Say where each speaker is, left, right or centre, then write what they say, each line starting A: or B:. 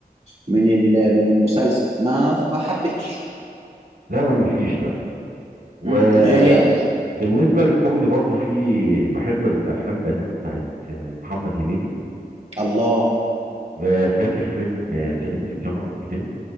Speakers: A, on the right (about 40°); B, on the right (about 75°).
A: من ال... من المسلسل ما ما حبيتش
B: لا لا مفيش وبالنسبة
A: امم إيه يعني
B: للكوميدي برضو في بحب الأفلام القديمة بتاعت آه، محمد هنيدي
A: الله
B: آه، فاكر فيلم آه، صعيدي في الجامعة الأمريكية